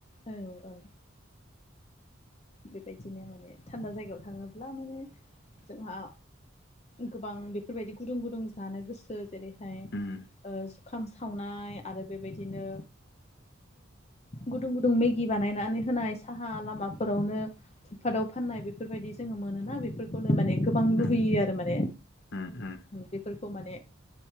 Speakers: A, on the left; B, on the left.
A: औ औ बेबायदिनो माने थान्दा जायगायाव थाङोब्ला माने जोंहा गोबां बेफोरबायदि गुदुं गुदुं जानो गोसो जेरै ओमफ्राय
B: उम
A: जुखाम सावनाय आरो बेबायदिनो गुदुं गुदुं मेगि बानायनानै होनाय साहा लामाफोरावनो फुट पाटाव फाननाय बे बेफोरबायदि जोङो मोनोना बेफोरखौनो माने गोबां
B: उम
A: लुगैयो आरो माने
B: उम उम
A: बेफोरखौ माने